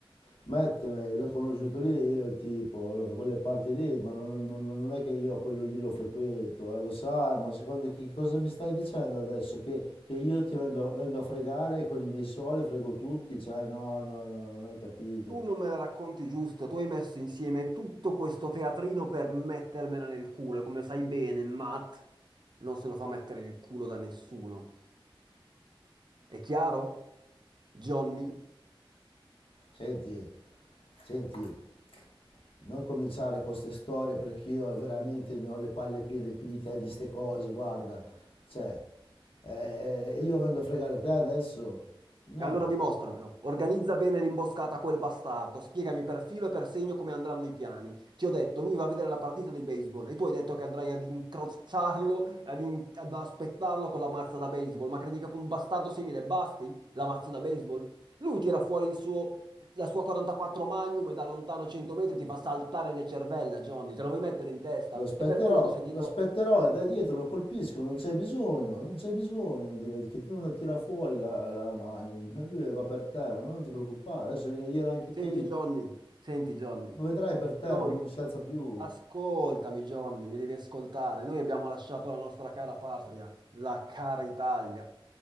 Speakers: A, on the left; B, on the right.
A: Metteme, l'ho conosciuto lì io il tipo, lo- da quelle parti lì, ma non, non- non è che io quello lì lo frequento, eh, lo sai, ma secondo che cosa mi stai dicendo adesso? Che, che io ti vengo, vengo a fregare con i miei soldi, frego tutti, cioè no, no, no, non hai capito.
B: Tu non me la racconti giusto, tu hai messo insieme tutto questo teatrino per mettermela nel culo, e come sai bene, Matt non se lo fa mettere il culo da nessuno. È chiaro? Johnny?
A: Senti, senti, Non cominciare con queste storie perché io veramente ne ho le palle piene più di te di ste cose, guarda. Cioè, eh, io vengo a fregare te adesso? No,
B: E allora dimostramelo. Organizza bene l'imboscata a quel bastardo. Spiegami per filo e per segno come andranno i piani. Ti ho detto, lui va a vedere la partita di baseball e tu hai detto che andrai ad incrociarlo, ad, in- ad aspettarlo con la mazza da baseball. Ma credi che con un bastardo simile basti la mazza da baseball? Lui tira fuori il suo, la sua 44 Magnum e da lontano 100 metri ti fa saltare le cervella, Johnny. Te lo vuoi mettere in testa?
A: lo aspetterò,
B: È per quello che ho sentito...
A: lo aspetterò e da dietro lo colpisco, non c'è bisogno, non c'è bisogno di, di che tu non la tira fuori la, la Magnum, <laughs> lui va per terra, ma non ti preoccupare, adesso viene a dire anche
B: Senti,
A: che io
B: Johnny, senti, Johnny.
A: lo vedrai per terra,
B: Noi
A: non si alza più.
B: Ascoltami, Johnny, mi devi ascoltare. Noi abbiamo lasciato la nostra cara patria, la cara Italia,